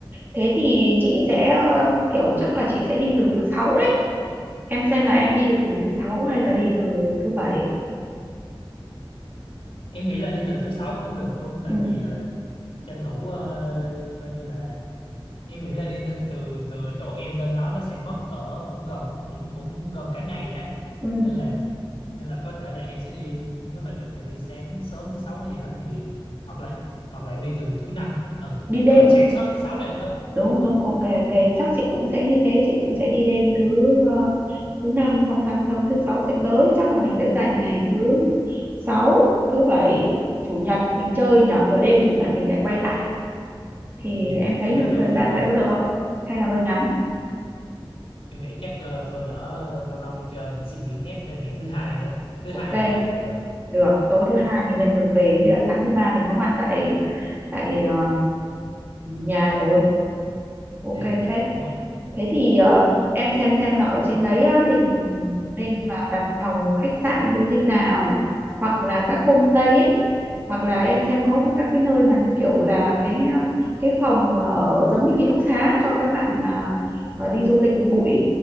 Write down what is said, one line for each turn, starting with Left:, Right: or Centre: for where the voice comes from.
Right: Thế thì chị sẽ ờ, kiểu chắc là chị sẽ đi từ thứ sáu đấy. em xem là em đi từ thứ sáu hay là đi từ thứ bảy
Left: em nghĩ là đi từ thứ sáu cũng được luôn tại
Right: ừ
Left: vì ờ, tranh thủ ờ, coi như là em nghĩ là đi từ từ từ chỗ em lên đó nó sẽ mất cỡ cũng gần cũng cũng gần cả ngày á
Right: ừ
Left: nên là nên là có thể là em sẽ đi nếu mà được thì đi sáng sớm thứ sáu hay gì đó thì hoặc là hoặc là em đi từ thứ năm ờ,
Right: đi đêm
Left: cỡ sáng sớm thứ sáu là em tới
Right: đúng
Left: dạ đúng rồi
Right: đúng ok ok chắc chị cũng sẽ như thế chị cũng sẽ đi đêm thứ ờ, thứ năm xong sáng sớm thứ sáu sẽ tới chắc là mình sẽ dành ngày thứ sáu thứ bảy chủ nhật mình chơi nhở rồi đêm chủ nhật mình lại quay lại thì
Left: dạ
Right: em thấy
Left: còn
Right: nhiều
Left: nếu được
Right: thời gian
Left: thì mà
Right: vậy có được không hay là hơi ngắn
Left: em nghĩ chắc ờ, thôi lỡ lâu lâu đi chơi mình xin nghỉ phép thêm ngày thứ hai nữa thứ hai
Right: ok
Left: mình về là vừa
Right: được tối thứ hai mình lên đường về thế là sáng thứ ba mình có mặt tại tại ờ, nhà rồi ok
Left: dạ
Right: phết
Left: đúng rồi
Right: Thế thì ờ, em xem xem là ở trên đấy á, mình nên là đặt phòng khách sạn như thế nào hoặc là các homestay ấy hoặc là em xem có cái- các cái nơi mà như kiểu là cái ờ, cái phòng mà ở giống như ký túc xá cho các bạn mà ờ, đi du lịch bụi